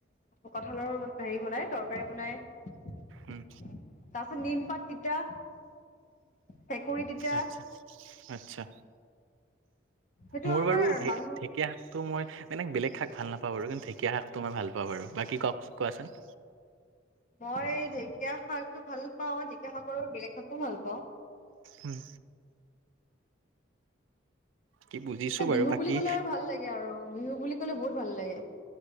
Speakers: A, on the left; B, on the right.
A: কঁঠালৰ হেৰি বনাই তৰকাৰী বনাই তাৰপাছত
B: উম
A: নিমপাত তিতা ভেকুৰী তিতা
B: আচ্ছা আচ্ছা
A: সেইটো
B: মোৰ
A: আমাৰ
B: বাৰু ে
A: মানুহ
B: ঢেকীয়া শাকটো মই মানে বেলেগ শাক ভাল নাপাওঁ বাৰু কিন্তু ঢেকীয়া শাক তোমাৰ ভাল পা বাৰু বাকী কওক কোৱাচোন
A: মই ঢেকীয়া শাকটো ভাল পাওঁ ঢেকীয়া শাকৰ বেলেগ শাকো ভাল পাওঁ
B: উম কি বুজিছো বাৰু
A: বিহু
B: বাকী
A: বুলি কলে আৰু ভাল লাগে আৰু বিহু বুলি ক'লে বহুত ভাল লাগে